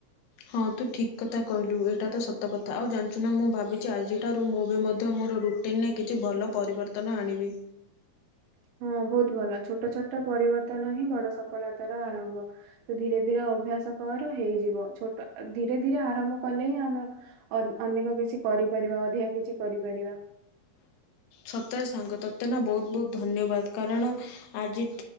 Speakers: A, on the left (about 70°); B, on the right (about 80°).
A: ହଁ ତୁ ଠିକ କଥା କହିଲୁ ଏଇଟା ତ ସତ କଥା। ଆଉ ଜାଣିଛୁ ନା ମୁଁ ଭାବିଛି ଆଜିଠାରୁ ମୁଁ ବି ମଧ୍ୟ ମୋର ରୁଟିନରେ କିଛି ଭଲ ପରିବର୍ତ୍ତନ ଆଣିବି।
B: <inaudible> ହଁ ବହୁତ ଭଲ ଛୋଟ ଛୋଟ ପରିବର୍ତ୍ତନ ହିଁ ବଡ ସଫଳତାର ଆରମ୍ଭ। ତ ଧୀରେ ଧୀରେ ଅ ଅଭ୍ୟାସ କର ହେଇଯିବ। ଛୋଟ ଧୀରେ ଧୀରେ ଆରମ୍ଭ କଲେ ହିଁ ଆମେ ଅନେ ଅନେକ କିଛି କ କରିପାରିବା ଅଧିକା କିଛି କରିପାରିବା।
A: ସତରେ ସାଙ୍ଗ ତତେ ନା ବହୁତ ବହୁତ ଧନ୍ୟବାଦ। କାରଣ ଆଜି